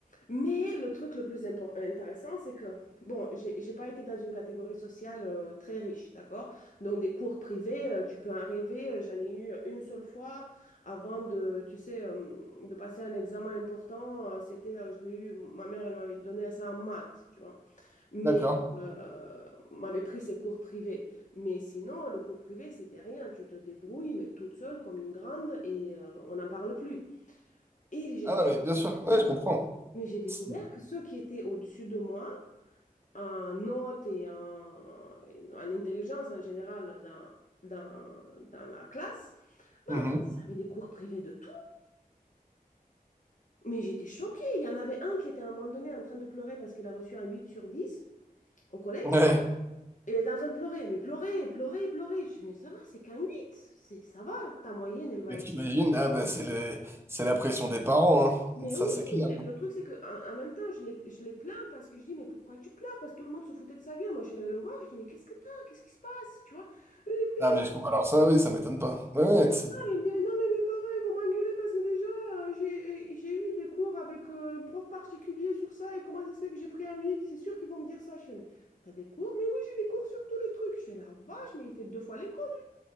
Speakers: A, on the left (about 55°); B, on the right (about 15°).
A: Mais le truc le plus impor- intéressant, c'est que, bon, j'ai j'ai pas été dans une catégorie sociale euh, très riche, d'accord? Donc, des cours privés, euh, tu peux en rêver. euh, J'en ai eu une seule fois avant de, tu sais, euh, de passer un examen important. euh, C'était, euh, je l'ai eu, ma mère, elle m'avait donné ça en maths, tu vois. Mais,
B: D'accord.
A: euh, m'avait pris ses cours privés. Mais sinon, le cours privé, c'était rien. Tu te débrouilles, mais toute seule, comme une grande, et euh, on n'en parle plus. Et j'ai
B: Ah non, mais bien sûr. Ouais, je comprends.
A: mais j'ai découvert
B: C'est-
A: que ceux qui étaient au-dessus de moi, en notes et en, en intelligence en général dans, dans, dans la classe, ben
B: Mhm.
A: en fait, ils avaient des cours privés de tout. Mais j'étais choquée. Il y en avait un qui était à un moment donné en train de pleurer parce qu'il a reçu un 8 sur 10 au collège.
B: Ouais.
A: Il était en train de pleurer, mais pleurer, pleurer, pleurer. Je me dis, mais ça va, c'est qu'un 8 c'est, ça va. Ta moyenne, elle va
B: Mais
A: être
B: t'imagines, ah bah c'est le... c'est la pression des parents,
A: Mais
B: hein. Ça,
A: oui,
B: c'est clair.
A: mais le truc, c'est que en en même temps, je les, je les plains parce que je dis, mais pourquoi tu pleures? Parce que tout le monde se foutait de sa gueule. Moi, je suis allée le voir, je dis, mais qu'est-ce que t'as? Qu'est-ce qui se passe? Tu vois? Lui, il a pris
B: Ah, mais
A: un-
B: je comprends.
A: Mais,
B: Alors ça, oui, ça m'étonne pas. Ouais,
A: mais
B: ouais,
A: c'est pas
B: c'est
A: grave. Il me dit, mais non, mais mes parents, ils vont m'engueuler parce que déjà, euh, j'ai, euh, j'ai eu des cours avec euh, un prof particulier sur ça et comment ça se fait que j'ai pris un 8? C'est sûr qu'ils vont me dire ça. Je fais, mais t'as des cours? Mais oui, j'ai des cours sur tous les trucs. Je fais, la vache, mais il fait deux fois l'école.